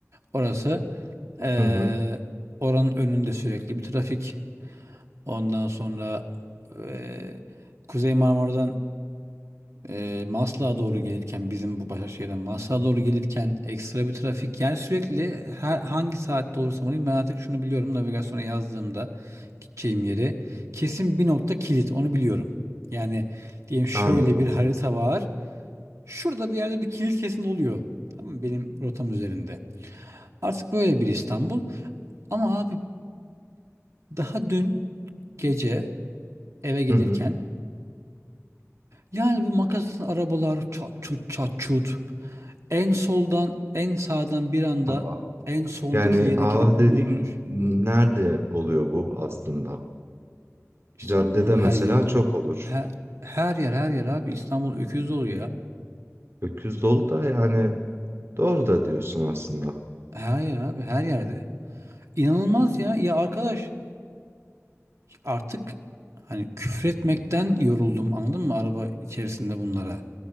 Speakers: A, on the right (about 75°); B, on the right (about 55°).
A: Orası eee,
B: Hı hı.
A: oranın önünde sürekli bir trafik. Ondan sonra eee, Kuzey Marmara'dan eee Maslak'a doğru gelirken bizim bu Başakşehir'den Maslak'a doğru gelirken ekstra bir trafik. Yani sürekli her hangi saatte olursam olayım ben artık şunu biliyorum navigasyona yazdığımda gideceğim yeri kesin bir nokta kilit onu biliyorum. Yani diyelim şöyle
B: Anladım.
A: bir harita var. Şurada bir yerde bir kilit kesin oluyor. Tamam mı? Benim rotam üzerinde. Artık böyle bir İstanbul. Ama abi daha dün gece eve gelirken
B: Hı hı.
A: yani bu makaslı arabalar çat çut çat çut. En soldan en sağdan bir anda
B: Baba.
A: en soldaki
B: Yani
A: yere
B: ah
A: girip
B: dediğim
A: U dönüş.
B: nerede oluyor bu aslında?
A: İstanbul'un
B: Caddede
A: her
B: mesela
A: yerinde
B: çok
A: ol.
B: olur.
A: Her, her yer her yer abi İstanbul öküz dolu ya.
B: Öküz dolu da yani doğru da diyorsun aslında.
A: Her yer abi her yerde. İnanılmaz ya. Ya arkadaş artık hani küfretmekten yoruldum anladın mı araba içerisinde bunlara.